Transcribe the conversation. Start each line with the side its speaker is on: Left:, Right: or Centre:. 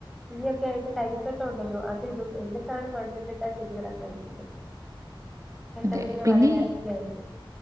Centre: തീയൊക്കെ ആയിട്ട് തൈകട്ട ഉണ്ടല്ലോ അതിടും, എന്നിട്ടാണ് മണിറ്റിട്ട് ചെടികളൊക്കെ വെക്കുന്നത്. പെട്ടെന്നിങ്ങനെ
Right: അതെ പിന്നെ
Centre: വളരാനൊക്കെ
Right: ഈ
Centre: ആയിട്ട്